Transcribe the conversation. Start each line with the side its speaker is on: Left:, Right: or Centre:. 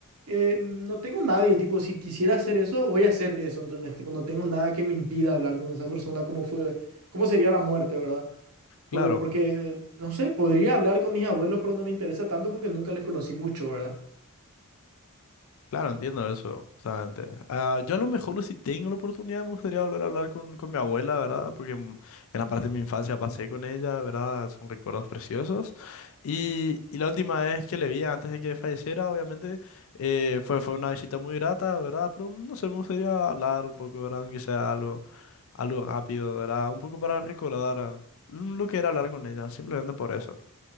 Right: eh, no tengo nadie, tipo, si quisiera hacer eso, voy a hacer eso, entonces, tipo, no tengo nada que me impida hablar con esa persona, cómo fue, cómo sería la muerte, ¿verdad?
Left: Claro.
Right: porque Porque, no sé, podría hablar con mis abuelos, pero no me interesa tanto porque nunca les conocí mucho, ¿verdad?
Left: Claro, entiendo eso, justamente. Ah, yo a lo mejor si tengo la oportunidad me gustaría volver a hablar con, con mi abuela, ¿verdad? Porque mm, gran parte de mi infancia pasé con ella, ¿verdad? Son recuerdos preciosos. Y, y la última vez que le vi antes de que falleciera, obviamente, eh, fue, fue una visita muy grata, ¿verdad? Pero mm, no sé, me gustaría hablar un poco, ¿verdad? Aunque sea algo, algo rápido, ¿verdad? Un poco para recordar ah, lo que era hablar con ella, simplemente por eso.